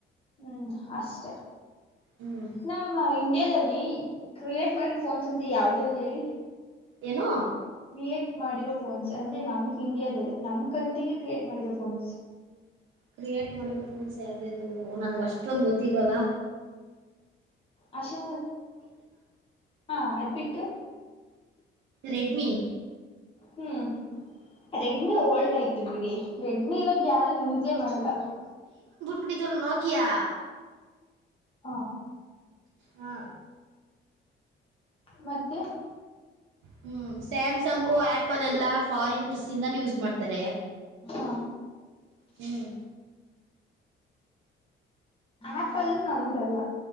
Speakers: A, on the left; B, on the right.
A: ಹ್ಮ್ ಅಷ್ಟೇ
B: ಹ್ಮ್
A: ನಮ್ಮ ಇಂಡಿಯಾದಲ್ಲಿ. ಕ್ರಿಯೇಟ್ ಮಾಡಿರೋ ಫೋನ್ಸ್ ಅಂತ ಯಾವದ ಯಾವಾದ ಹೇಳಿ.
B: ಏನು
A: ಕ್ರಿಯೇಟ್ ಮಾಡಿರೋ ಫೋನ್ಸ್ ಅಂದ್ರೆ ನಮ್ ಇಂಡಿಯಾದಲ್ಲಿ ನಮ್ ಕಂಟ್ರಿಲಿ ಕ್ರಿಯೇಟ್ ಮಾಡಿರೋ ಫೋನ್ಸ್.
B: ಕ್ರಿಯೇಟ್ ಮಾಡಿರೋ ಫೋನ್ಸ್ ಯಾವವುದ ಅ ನನ್ಗೆ ಅಷ್ಟೊಂದು ಗೊತ್ತಿರ್ವಲ್ಲ
A: ಅಷೆ ಹಾ ಅದ್ಬಿಟ್ಟು ಇಟ್ಟು
B: ರೆಡ್ಮಿ
A: ಹ್ಮ್ ರೆಡ್ಮಿ ಓಲ್ಡ್ ಆಯ್ತು ಬಿಡಿ ರೆಡ್ಮಿ ಇವಾಗ ಯಾವು ಯೂಸೇ ಮಾಡಲ್ಲ
B: ಪುಡಿ ತಲ ನಕಿಯಾ
A: ಹಾ
B: ಹಾ
A: ಮತ್ತೆ
B: ಹ್ಮ್ ಸ್ಯಾಮ್ಸಂಗು ಆಪಲ್ ಎಲ್ಲಾ ಫಾರಿನ್ಸ್ಂದಾನ ಯೂಸ್ ಮಾಡ್ತಾರೆ
A: ಹ
B: ಹ್ಮ್
A: ಆಪಲ್ ನಮ್ದಲ್ಲ